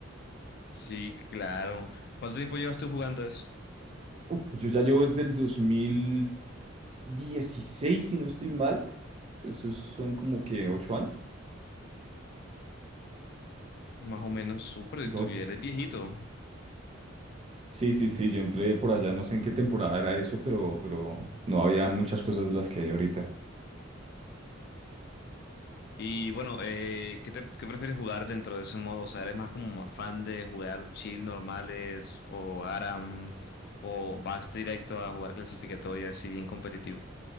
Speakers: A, on the left; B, on the right.
A: Sí, claro. ¿Cuánto tiempo llevas tú jugando eso?
B: Uf, yo ya llevo desde el dos mil dieciséis, si no estoy mal. Esos son como que ocho años.
A: Más o menos, súper,
B: Digo,
A: tú
B: ocho.
A: ya eres viejito.
B: Sí, sí, sí, yo entré por allá, no sé en qué temporada era eso, pero, pero no habían muchas cosas de las que hay ahorita.
A: Y bueno, eh, ¿qué te- qué prefieres jugar dentro de ese modo? O sea, ¿eres más como más fan de jugar chill normales o ARAM o vas directo a jugar clasificatoria si bien competitivo?